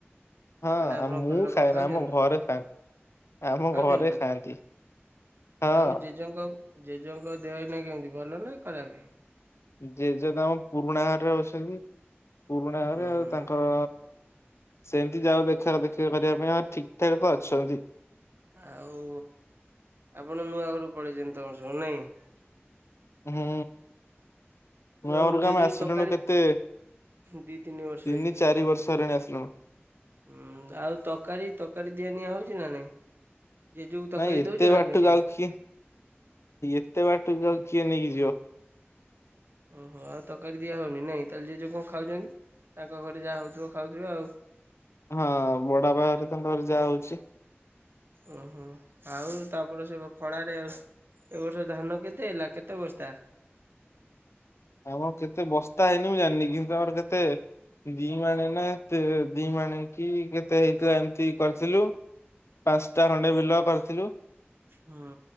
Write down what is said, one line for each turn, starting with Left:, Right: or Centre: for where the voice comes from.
Left: ହଁ
Right: ମାନେ ଆପଣଙ୍କ
Left: ଆ ମୁଁ
Right: ଘର ଲୋକ
Left: ଖାଏନି,
Right: ଖାଉଛନ୍ତି
Left: ଆମ
Right: ନା
Left: ଘରେ ଖାଆନ୍ତି ଆମ
Right: ଖାଉଛନ୍ତି
Left: ଘରେ
Right: ନା?
Left: ଖାଆନ୍ତି। ହଁ
Right: ଆଉ ଜେଜେଙ୍କ-ଜେଜେଙ୍କ ଦେହ ଏଇନା କେମିତି ଭଲ ନା ଖରାପେ
Left: ଜେଜେ ତାଙ୍କ ପୁରୁଣା ଘରେ ରହୁଛନ୍ତି, ପୁରୁଣା ଘରେ
Right: ହୁଁ
Left: ଆଉ
Right: ହୁଁ
Left: ତାଙ୍କର ସେମ୍ତି ଯାଉ ଦେଖା ଦେଖି କରିବା ପାଇଁ ଆଉ ଠିକ୍-ଠାକ୍ ତ ଅଛନ୍ତି।
Right: ଆଉ ଆପଣ ନୂଆ ଘରୁକୁ ପଳେଇଚନ୍ତି ତମର ସବୁ ନାଇଁ?
Left: ହୁଁ
Right: ତ
Left: ନୂଆ ଘରୁକୁ
Right: ଜେଜେଙ୍କୁ
Left: ଆମେ ଆସିଲୁଣୁ
Right: ତକାରୀ
Left: କେତେ
Right: ଦି ତିନି ବର୍ଷ
Left: ତିନ ଚାରି ବର୍ଷ ହେଲାଣି ଆସିଲୁଣୁ।
Right: ହୁଁ ଆଉ ତକାରୀ-ତକାରୀ ଦିଆ-ନିଆ ହଉଚି ନା ନାଇଁ? ଜେଜେକୁ ତରକାରୀ
Left: ନାଇଁ ଏତେ
Right: ଦଉଛ ନା
Left: ବାଟକୁ
Right: ନାଇଁ
Left: ଆଉ କିଏ, ଏତେ ବାଟକୁ ଆଉ କିଏ ନେଇକି ଯିବ।
Right: ଓହୋ ଆଉ ତକାରୀ ଦିଆହଉନି ନାଇଁ ତାହେଲେ ଜେଜ କଣ ଖାଉଚନ୍ତି, ତାଙ୍କ ଘରେ ଯାହା ହେଉଥିବ ଖାଉଥିବେ ଆଉ।
Left: ହଁ ବଡାପା ଘରେ ତ ଘରେ ଯାହା ହଉଚି
Right: ଓହୋ ଆଉ ତାପରେ ସେ ଖଳାରେ ଆଉ ଏବ ବର୍ଷ ଧାନ କେତେ ହେଲା କେତେ ବସ୍ତା?
Left: ଆମର କେତେ ବସ୍ତା ହେଇନି ମୁଁ ଜାଣିନି, କିନ୍ତୁ ଆମର କେତେ ଦି ମଣେ ନା ଏତେ ଦି ମାଣେ କି କେତେ ହେଇଥିଲା ଏମତି କରିଥିଲୁ। ପାଞ୍ଚଟା ଖଣ୍ଡେ ବିଲ କରିଥିଲୁ।
Right: ହଁ।